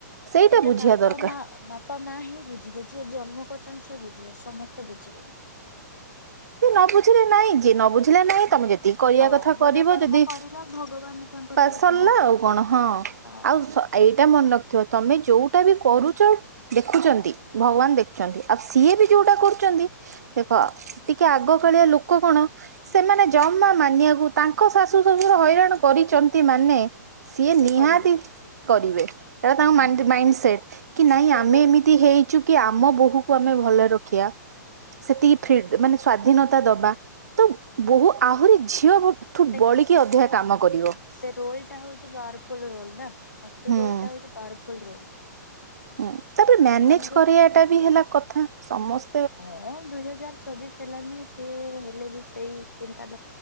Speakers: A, on the right; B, on the left.
A: ସେଇଟା
B: ଏଇଟା
A: ବୁଝିବା
B: ବାପା
A: ଦରକାର।
B: ମା ବାପା ମା ହିଁ ବୁଝିବେ ଯି ଜନ୍ମ କରି ପ୍ରଶଂସ ବୁଝିବେ ସମସ୍ତେ ବୁଝିବେନି।
A: ସେ ନ ବୁଝିଲେ ନାଇଁ ଯିଏ ନ ବୁଝିଲେ ନାହିଁ ତମେ ଯେତିକି କରିବା
B: ହଁ
A: କଥା କରିବ
B: ଭଲ କର୍ମ
A: ଯଦି
B: କରିବା ଭଗବାନ ତାଙ୍କର
A: ପା ସରିଲା
B: ଯାହା
A: ଆଉ କଣ ହଁ
B: ହଁ
A: ଆଉ ଏଇଟା ମନେକ ତମେ ଯୋଉଟା ବି କରୁଛ ଦେଖୁଛନ୍ତି ଭଗବାନ ଦେଖୁଛନ୍ତି ଆଉ ସିଏ ବି ଯୋଉଟା କରୁ ଦେଖ ଟିକେ ଆଗକାଳିଆ ଲୋକ କଣ ସେମାନେ ଜମା ମାନିବାକୁ ତାଙ୍କ ଶାଶୁ ଶ୍ୱଶୁରୁର ହଇରାଣ କରିଛନ୍ତି ମାନେ ସିଏ
B: ସେ
A: ନିହାତି
B: କରିବେ
A: କରିବେ। ଏଟା ତାଙ୍କ
B: ହୁଁ
A: ମାଇଣ୍ଡ ସେଟ କି ନାଇଁ
B: ସେ
A: ଆମେ
B: ରୋ
A: ଏମିତି ହେଇଛୁ କି ଆମ କୁ ଆମେ ଭଲ ରଖିବା ସେତିକି ଫେ ସ୍ଵାଧୀନତା ଦବା। ତ ବୋହୁ ଆହୁରି ଝିଅଠୁ
B: ସେ
A: ବଳିକି ଅଧିକା କାମ କରିବ
B: ସେ ରୋଲ ଟା ହଉଛି ବାରଫୁଲ ରୋଲ ନାଁ ଶାଶୁ
A: ହୁଁ।
B: ରୋଲ ଟା ହଉଛି ପାଉଁରଫୁଲ ରୋଲ।
A: ହୁଁ ତାପରେ ମ୍ୟାନେଜ
B: ସେମାନଙ୍କୁ
A: କରିବା ଟା ବି ହେଲା କଥା ସମସ୍ତ
B: ହଁ ଦୁଇ ହଜାର ଛବିଶ ହେଲାନି ସି ହେଲେ ବି ସେଇ ଚିନ୍ତା।